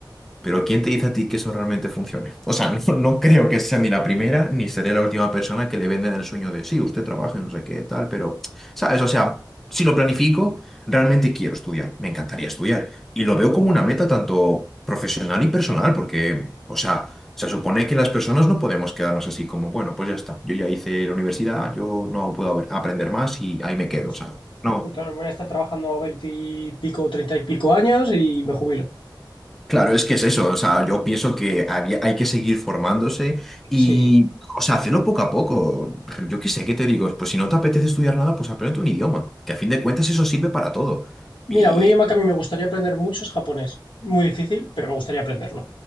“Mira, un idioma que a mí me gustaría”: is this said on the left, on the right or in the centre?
Left